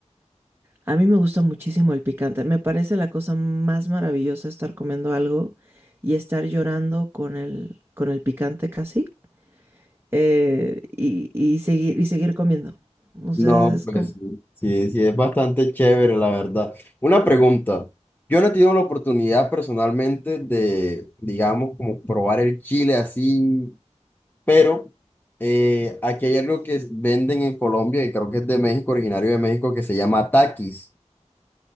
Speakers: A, on the right; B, on the left.
A: A mí me gusta muchísimo el picante. Me parece la cosa más maravillosa estar comiendo algo y estar llorando con el, con el picante casi eh, y, y seguir, y seguir comiendo. O sea,
B: No,
A: es
B: pues
A: como
B: sí, sí, sí, es bastante chévere, la verdad. Una pregunta. Yo no he tenido la oportunidad personalmente de, digamos, como probar el chile así, pero eh, aquí hay algo que venden en Colombia y creo que es de México, originario de México, que se llama taquis.